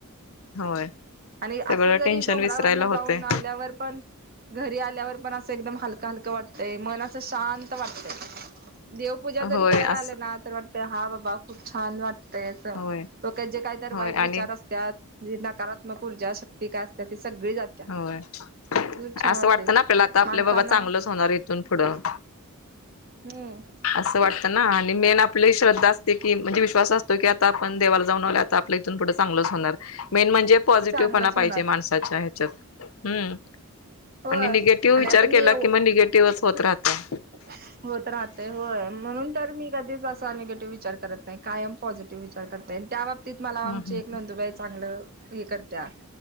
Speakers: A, on the left (about 65°); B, on the right (about 40°).
A: होय
B: आणि
A: सगळं
B: असं जरी
A: टेन्शन
B: डोंगरावरन
A: विसरायला होते
B: जाऊन आल्यावर पण घरी आल्यावर पण असं एकदम हलकं हलकं वाटतंय मन असं शांत वाटतंय. देवपूजा जरी
A: होय
B: करायला
A: असं
B: आले ना तर वाटतंय हां बाबा खूप छान वाट तेच डोक्यात
A: होय
B: जे काहीतरी
A: होय
B: वाईट विचार
A: आणि
B: असतात नकारात्मक ऊर्जा शक्ती काय असत्या ती सगळी जात्या.
A: होय.
B: खूप छान
A: असं
B: वाटतंय
A: वाटतं ना आपल्याला आता आपले
B: माणसानं
A: बाबा चांगलंच होणार इथून पुढं.
B: हम्म.
A: असं वाटतं ना आणि मेन आपली श्रद्धा असते की म्हणजे विश्वास असतो की आता आपण देवाला जाऊन आता आपलं इथून पुढं चांगलंच होणार. मेन म्हणजे पॉझिटिव्हपणा
B: चांगलंच होणार
A: पाहिजे माणसाच्या ह्याच्यात हम्म.
B: होय
A: आणि निगेटिव्ह
B: आणि
A: विचार
B: आता मी
A: केला
B: एव
A: कि मग निगेटिव्हच होत राहत.
B: <inaudible> होत राहते, होय म्हणून तर मी कधीच असा निगेटिव्ह विचार करत नाही कायम पॉझिटिव्ह विचार करते आणि त्या बाबतीत तीत मला
A: हम्म
B: आमची
A: हम्म
B: एक नोंदूबाई चांगलं हे करत्या.